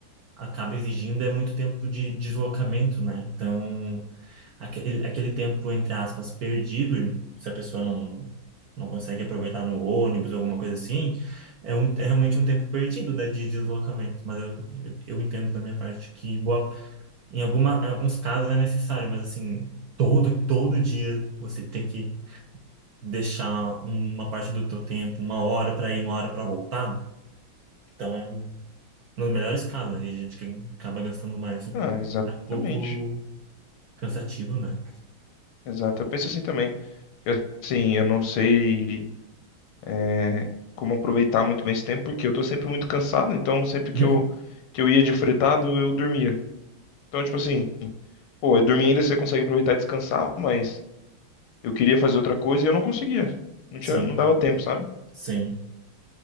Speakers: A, on the right; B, on the left.
A: acaba exigindo é muito tempo de deslocamento, né? Então, aquele, aquele tempo, entre aspas, perdido, e se a pessoa não, não consegue aproveitar no ônibus, ou alguma coisa assim, é, um, é realmente um tempo perdido, né, de deslocamento. Mas eu, eu eu entendo da minha parte que boa, em alguma, em alguns casos é necessário, mas assim, todo, todo dia você ter que deixar uma parte do teu tempo, uma hora para ir, uma hora para voltar. Então é um- nos melhores casos, né? A gente que acaba gastando mais, assim.
B: Ah, exatamente.
A: É um pouco cansativo, né?
B: Exato. Eu penso assim também. Porque, assim, eu não sei. é, como aproveitar muito bem esse tempo, porque eu tô sempre muito cansado, então sempre que
A: <laughs>
B: eu, que eu ia de fretado, eu dormia. Então, tipo assim, pô, eu dormia ainda você consegue aproveitar e descansar, mas eu queria fazer outra coisa e eu não conseguia. Não tinha,
A: Sim,
B: não dava tempo, sabe?
A: sim.